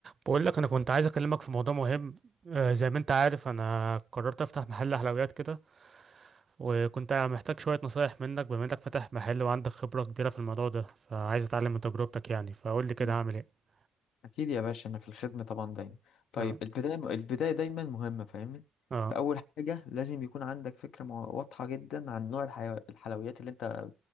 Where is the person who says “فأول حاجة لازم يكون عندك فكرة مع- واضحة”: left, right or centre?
Left